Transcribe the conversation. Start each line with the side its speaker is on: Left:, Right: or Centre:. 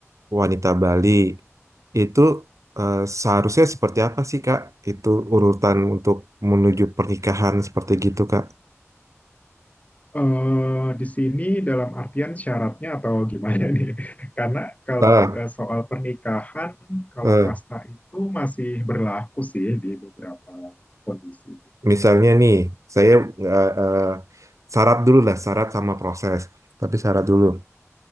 Right: wanita Bali itu eh, seharusnya seperti apa sih Kak? Itu urutan untuk menuju pernikahan seperti gitu Kak.
Left: eh di sini dalam artian syaratnya atau gimana nih? <laughs> Karena kalau
Right: Ah,
Left: eh, soal pernikahan, kalau
Right: eh,
Left: kasta itu masih berlaku sih di beberapa kondisi.
Right: misalnya nih, saya eh, eh, syarat dulu lah, syarat sama proses. Tapi syarat dulu.